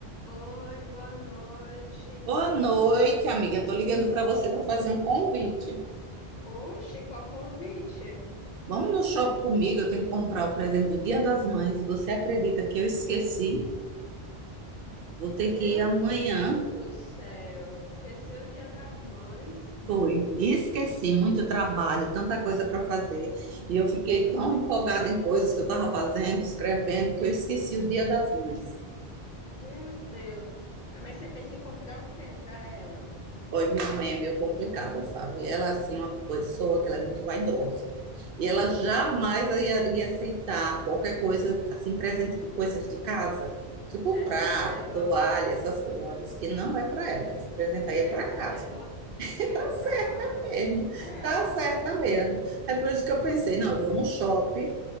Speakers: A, on the left; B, on the right.
A: Oi, boa noite.
B: Boa noite, amiga. Tô ligando para você para fazer um convite.
A: Oxe, qual convite?
B: Vamos no shopping comigo, eu tenho que comprar o presente do Dia das Mães e você acredita que eu esqueci? Vou ter
A: Meu
B: que ir amanhã.
A: Deus do céu, esqueceu o Dia das Mães?
B: Foi. Esqueci, muito trabalho, tanta coisa para fazer. E eu fiquei tão empolgada em coisas que eu estava fazendo, escrevendo, que eu esqueci o Dia das Mães.
A: Meu Deus. Ah, mas você pensa em comprar o quê para ela?
B: Olha, minha mãe é meio complicada, sabe? Ela, é, assim, uma pessoa que ela é muito vaidosa. E
A: Hum,
B: ela jamais iria aceitar qualquer coisa, assim, presente de coisas de casa, tipo
A: certa
B: prato,
A: ela,
B: toalha, essas coisas. Ela disse que não é para ela, esse presente
A: certa
B: aí é para casa.
A: ela.
B: Que
A: É,
B: tá
A: para
B: certo
A: casa.
B: mesmo,
A: É.
B: tá certa mesmo. É por isso que eu pensei, não, eu vou no shopping